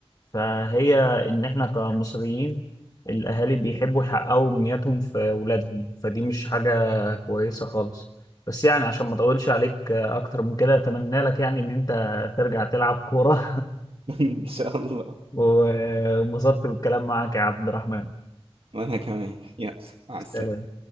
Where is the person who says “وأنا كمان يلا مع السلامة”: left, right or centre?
Right